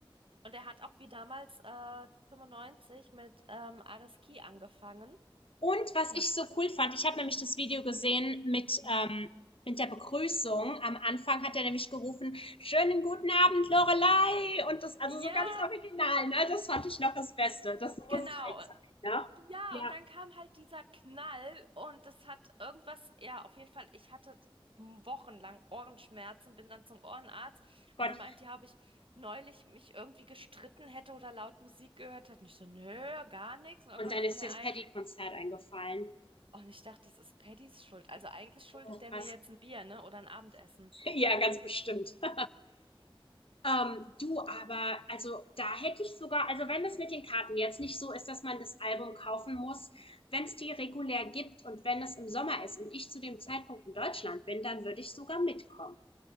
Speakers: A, on the right; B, on the left.
A: Und er hat auch wie damals äh, 95 mit ähm, Ares Key angefangen.
B: Und was
A: Das
B: ich so cool fand, ich habe nämlich das Video gesehen mit,
A: Hm?
B: ähm, mit der Begrüßung. Am Anfang hat er nämlich gerufen, schönen guten Abend, Lorelei. Und das, also
A: ja,
B: so ganz original, ne? Das fand ich noch das Beste. Das muss
A: genau.
B: halt sein, ne?
A: Ja,
B: Ja,
A: und dann kam halt dieser Knall und das hat irgendwas, ja, auf jeden Fall, ich hatte wochenlang Ohrenschmerzen, bin dann zum Ohrenarzt
B: Gott.
A: und der meint ja, habe ich neulich mich irgendwie gestritten hätte oder laut Musik gehört hätte. Und ich so, nö, gar nichts. Und irgendwann
B: Und dann
A: fiel
B: ist
A: mir
B: dir das
A: ein,
B: Paddy-Konzert eingefallen.
A: oh, und ich dachte, das ist Paddys Schuld. Also eigentlich schuldet
B: Oh,
A: der
B: krass.
A: mir jetzt ein Bier, ne, oder ein Abendessen.
B: <laughs> Ja, ganz bestimmt. <laughs> Ähm, du, aber also da hätte ich sogar, also wenn es mit den Karten jetzt nicht so ist, dass man das Album kaufen muss, wenn es die regulär gibt und wenn es im Sommer ist und ich zu dem Zeitpunkt in Deutschland bin, dann würde ich sogar mitkommen.